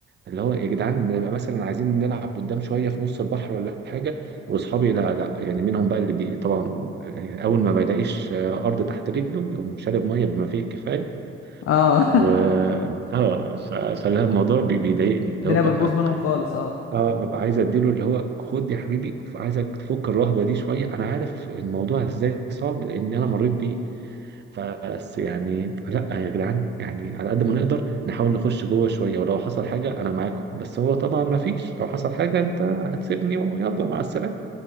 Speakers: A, on the right; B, on the left.
A: اللي هو يا جدعان بنبقى مثلا عايزين نلعب قدام شويه في نص البحر ولا حاجه واصحابي لا لا يعني منهم بقى اللي بي... طبعا آه، اول ما ما يلاقيش آه، ارض تحت رجله يقوم شارب ميه بما فيه الكفايه
B: اه
A: و اه ف... فلا الموضوع بي... بيضايقني
B: <laughs>
A: اللي
B: الدنيا
A: هو ببقى
B: بتبوظ منهم خالص اه
A: اه ببقى عايز اديله اللي هو خد يا حبيبي عايزك تفك الرهبه دي شويه انا عارف الموضوع ازاي صعب لان انا مريت بيه بس يعني لا يا جدعان يعني على قد ما نقدر نحاول نخش جوه شويه ولو حصل حاجه انا معاكم بس هو طبعا ما فيش لو حصل حاجه انت هتسيبني ويلا مع السلامه